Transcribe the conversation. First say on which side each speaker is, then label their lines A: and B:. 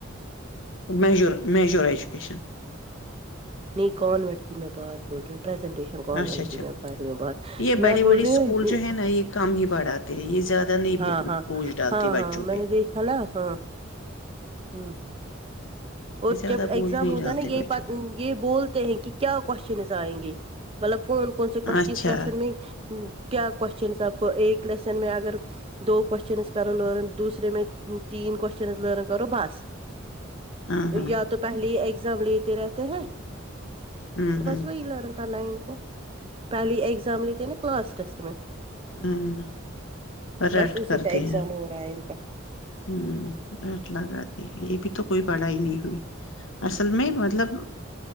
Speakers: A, on the left; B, on the right.
A: میجور میجور ایجوکیشن
B: نہیں کون وٹ کہ میں بعد بٹوں پرزنٹیشن کون
A: اچھا
B: ب
A: اچھا
B: گی میں کر رہی ہوں بات
A: یہ بڑے
B: میں بول
A: بڑے اسکول
B: رہی ہوں
A: جو ہے نا یہ کم ہی پڑھاتے ہیں یہ زیادہ نہیں
B: ہاں ہاں
A: بوجھ ڈالتے
B: ہاں
A: بچوں
B: ہاں میں
A: پہ
B: نے دیکھا نا ہاں ہاں اور
A: یہ زیادہ
B: جب
A: بوجھ
B: ایگزام
A: نہیں
B: ہوتا
A: ڈالتے
B: ہے نا یہ
A: بچوں
B: یہ بولتے ہیں کہ کیا کوشچنس آئیں گے مطلب کون کون
A: پہ۔
B: سے کون
A: اچھا
B: اس لیسن میں کیا کوشچن اب ایک لیسن میں اگر دو کوسچنز کرو لن دوسرے میں تین کوسچنز لن کرو بس
A: ہاں ہاں
B: یا تو پہلے ہی ایگزام لیتے رہتے ہیں
A: ہاں
B: تو
A: ہوں
B: بس وہی ل رہوں کرنا ہے ان کو پہلی ایگزام لیتے نا کلاسٹ ٹیسٹ میں
A: ہوں اور رٹ
B: بس اسی
A: کر
B: کا ایگزام
A: د ہیں
B: ہو رہا ہے ان کا
A: ہ بیس لگات یہ بھی تو کوئی پڑھائی نہیں ہوئی اصل میں مطلب